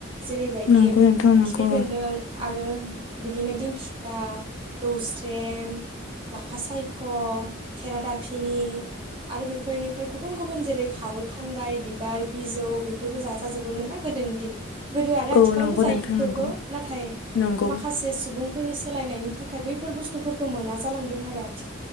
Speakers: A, on the right (about 25°); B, on the left (about 85°).
A: जेरैबायदि
B: नंगौ नोंथां नंगौ
A: खिफि बेन्दों आरो रो बिदिनो दिंखिया दौस्रेम। लाफा सायख' खेरादाफिनि। आरो बेफोरनिफाय गुबुन-गुबुन जेरै- खारौ खान्दाय बिबार बिजौ बेफोरबो जाजाजोबोमोन ना गो दोनि दिन गोदो आरो आथिखालावबो
B: औ नंगौ
A: जायो
B: नोंथां
A: बेफोरखौ
B: नंगौ
A: नाथाय
B: नंगौ
A: माखासे सुबुं फोरनि सोलायनायनि थाखाय बैफोर बुस्थुफोरखौ मोना जालांदों आरो आ